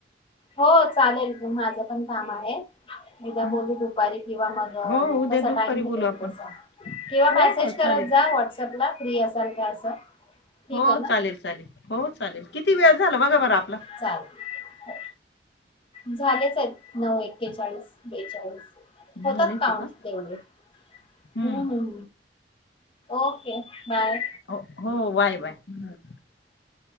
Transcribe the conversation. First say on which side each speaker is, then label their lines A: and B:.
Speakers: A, on the left; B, on the left.
A: हो चालेल, माझं पण काम आहे. एकदा
B: हं.
A: बोलू दुपारी किंवा मग
B: हो उद्या
A: कसा
B: दुपारी
A: टाइम भेटेल
B: बोलू आपण
A: तसा, किंवा
B: हो
A: मेसेज
B: हो
A: करत
B: चालेल.
A: जा व्हॉट्सअपला फ्री असाल का असं ठीक
B: हो
A: आहे ना?
B: चालेल चालेल हो चालेल किती वेळ झाला बघा बर आप
A: चालतयं. झालेच आहेत नऊ एक. एक्केचाळीस बेचाळीस होतात,
B: झालेच
A: काउंट
B: आहे का
A: तेवढे
B: हम्म
A: ह ह ह. ओके! बाय
B: हो हो वाय वाय हु.